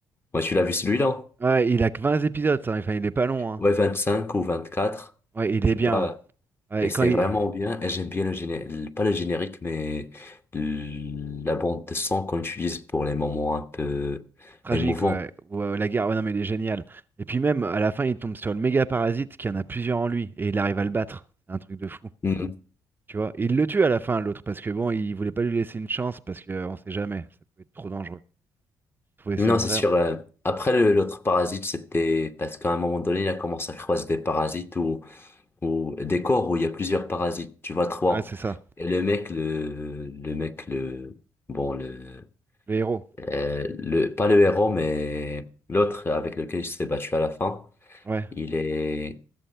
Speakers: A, on the left (about 30°); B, on the right (about 25°).
A: Moi, tu l'as vu celui-là?
B: Ouais, il a que vingt épisodes, ça. Enfin, il est pas long, hein.
A: Ouais, vingt cinq ou vingt quatre
B: Ouais, il
A: tu
B: est bien.
A: vois.
B: hein. Ouais,
A: Et
B: et
A: c'est
B: quand il...
A: vraiment bien, et j'aime bien le générique, pas le générique, mais l- la bande de son qu'on utilise pour les moments un peu
B: Tragique,
A: émouvants.
B: ouais. Ouais, ouais, la guerre, ouais, non, mais il est génial. Et puis même, à la fin, il tombe sur le méga parasite qui en a plusieurs en lui et il arrive à le battre. C'est un truc de fou,
A: Mhm.
B: tu vois. Et il le tue à la fin, l'autre, parce que bon, il voulait pas lui laisser une chance parce que euh, on sait jamais, ça peut être trop dangereux. Je trouvais
A: Non,
B: ça vraiment.
A: c'est sûr. euh, Après, le- l'autre parasite, c'était parce qu'à un moment donné, il a commencé à croiser des parasites ou des corps où il y a plusieurs parasites, tu vois, trois.
B: Ouais, c'est ça.
A: Et le mec, le, le mec, le, bon, le,
B: Le héros.
A: euh, le, pas le héros, mais l'autre avec lequel il s'est battu à la fin,
B: Ouais,
A: il est,